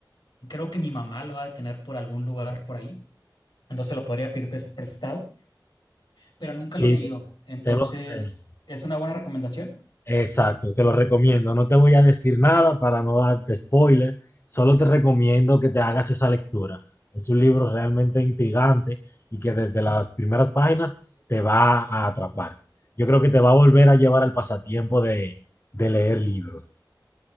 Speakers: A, on the left; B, on the left.
A: creo que mi mamá lo ha de tener por algún lugar por ahí. Entonces lo podría pedir pres- prestado, pero nunca
B: Sí,
A: lo he leído.
B: te,
A: Entonces,
B: te lo, te-
A: ¿es una buena recomendación?
B: Exacto, te lo recomiendo. No te voy a decir nada para no darte spoiler, solo te recomiendo que te hagas esa lectura. Es un libro realmente intrigante y que desde las primeras páginas te va a atrapar. Yo creo que te va a volver a llevar al pasatiempo de, de leer libros.